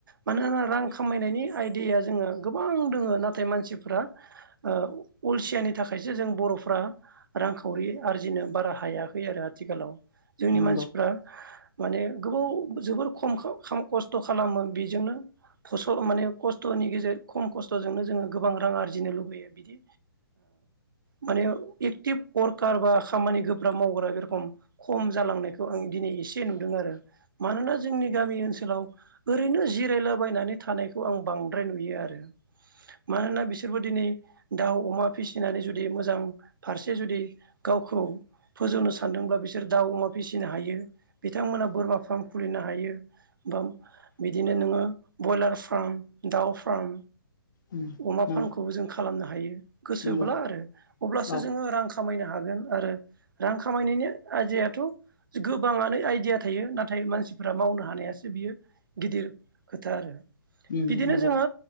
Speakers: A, on the right; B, on the left.
A: मानोना रां खामायनायनि आयदाया जोङो गोबां दोङो नाथाय मानसिफ्रा अलसियानि थाखायसो जों बर'फ्रा रांखावरि आरजिनो बारा हायाखै आरो आथिखालाव जोंनि
B: नंगौ
A: मानसिफ्रा माने गोबाव जोबोर खम खस्थ' खालामो बेजोंनो फसल माने खस्थ'नि गेजेर खम खस्थ'जोंनो जोङो गोबां रां आरजिनो लुबैयो बिदि माने एक्टिभ अर्कार बा खामानि गोब्राब मावग्रा बे रखम खम जालांनायखौ आं दिनै एसे नुदों आरो मानोना जोंनि गामि ओनसोलाव ओरैनो जिरायलाबायनानै थानायखौ आं बांद्राय नुयो आरो मानोना बिसोरबो दिनै दाउ अमा फिसिनानै जुदि मोजां फारसे जुदि गावखौ फोजौनो सानदोंब्लाा बिसोर दाउ अमा फिसिनो हायो बिथांमोना बोरमा फार्म खुलिनो हायो बा बिदिनो नोङो बयलार फार्म दाउफ्राम
B: उम
A: अमा
B: नंगौ
A: फार्मखौबो जों खालामनो हायो गोसोब्ला
B: नंगौ
A: आरो अब्लासो
B: औ
A: जोङो रां खामायनो हागोन आरो रां खामायनायनि आयदायाथ' गोबाङानो आइदिया थायो नाथाय मानसिफोरा मावनो हानायासो बियो गिदिर खोथा आरो
B: उम
A: बिदिनो
B: नंगौ
A: जोङो